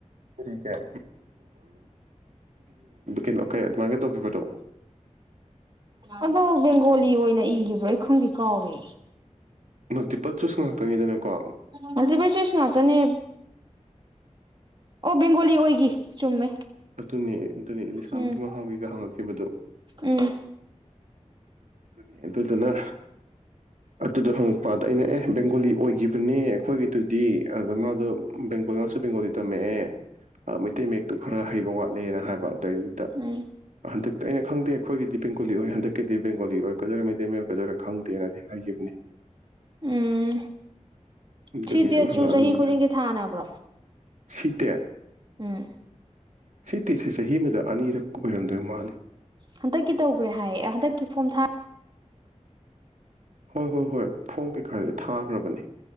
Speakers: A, on the right; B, on the right.
A: ꯀꯔꯤ ꯒ ꯀꯩꯅꯣ ꯀꯩ ꯑꯗꯨꯃꯥꯏꯅ ꯇꯧꯈꯤꯕꯗꯣ
B: ꯑꯗꯣ ꯕꯦꯡꯒꯣꯂꯤ ꯑꯣꯏꯅ ꯏꯒꯤꯕ꯭ꯔꯣ ꯑꯩ ꯈꯪꯗꯦ ꯀꯥꯎꯔꯦ
A: ꯃꯜꯇꯤꯄꯜ ꯆꯨꯁ ꯉꯥꯛ ꯇꯅꯤꯗꯅꯀꯣ
B: ꯃꯜꯇꯤꯄꯜ ꯆꯨꯁ ꯉꯥꯛꯇꯅꯦ ꯑꯣ ꯕꯦꯡꯒꯣꯂꯤ ꯑꯣꯏꯒꯤ ꯆꯨꯝꯃꯦ
A: ꯑꯗꯨꯅꯦ ꯑꯗꯨꯅꯦ ꯏꯂꯤꯁꯥ ꯑꯃꯒꯤ
B: ꯎꯝ
A: ꯃꯍꯥꯎꯒꯤꯒ ꯍꯪꯪꯉꯛꯈꯤꯕꯗꯣ
B: ꯎꯝ
A: ꯑꯗꯨꯅꯤ ꯑꯗꯨꯗꯨꯅ ꯑꯗꯨꯗꯣ ꯍꯪꯉꯛꯄ ꯑꯗ ꯑꯩꯅ ꯑꯦ ꯕꯦꯡꯒꯣꯂꯤ ꯑꯣꯏꯒꯤꯕꯅꯦ ꯑꯩꯈꯣꯏꯒꯤꯗꯨꯗꯤ ꯑꯗ ꯃꯥꯗꯣ ꯕꯦꯡꯒꯣꯂꯤ ꯃꯥꯁꯨ ꯕꯦꯡꯒꯣꯂꯤ ꯇꯝꯃꯛꯑꯦ ꯑ ꯃꯩꯇꯩ ꯃꯌꯦꯛꯇꯣ ꯈꯔ ꯍꯩꯕ ꯋꯥꯠꯂꯦꯅ ꯍꯥꯏꯕꯗ ꯑꯗꯨ ꯗꯩꯗꯨꯗ
B: ꯎꯝ
A: ꯍꯟꯗꯛꯇ ꯑꯩꯅ ꯈꯪꯗꯦ ꯑꯩꯈꯣꯏꯒꯤꯗꯤ ꯕꯦꯡ ꯒꯣꯂꯤ ꯑꯣꯏ ꯍꯟꯗꯀꯤꯗꯤ ꯕꯦꯡ ꯒꯣꯂꯤ ꯑꯣꯏꯔꯛꯀꯗꯣꯏꯔꯥ ꯃꯩꯇꯩ ꯃꯌꯦꯛ ꯑꯣꯏꯔꯛꯀꯗꯣꯏꯔꯥ ꯈꯪꯗꯦꯅꯗꯤ ꯍꯥꯏꯒꯤꯕꯅꯤ
B: ꯎꯝ
A: ꯑꯗꯨꯒꯤ
B: ꯁꯤ ꯇꯦꯠꯁꯨ
A: ꯁꯨꯝ ꯍꯪꯉꯛꯑꯝꯃꯤꯅꯤꯗ
B: ꯆꯍꯤ ꯈꯨꯗꯤꯡꯒꯤ ꯊꯥꯅꯕ꯭ꯔꯣ
A: ꯁꯤ ꯇꯦꯠ
B: ꯎꯝ
A: ꯁꯤ ꯇꯤꯠꯁꯦ ꯆꯍꯤ ꯑꯃꯗ ꯑꯅꯤꯔꯛ ꯑꯣꯏꯔꯝꯗꯣꯏ ꯃꯥꯜꯂꯤ
B: ꯍꯟꯇꯛꯀꯤ ꯇꯧꯒ꯭ꯔꯦ ꯍꯥꯏꯌꯦ ꯍꯟꯇꯛꯀꯤ ꯐꯣꯝ ꯊꯥ
A: ꯍꯣꯏ ꯍꯣꯏ ꯍꯣꯏ ꯐꯣꯝ ꯀꯩ ꯀꯥꯗꯤ ꯊꯥꯒ꯭ꯔꯕꯅꯤ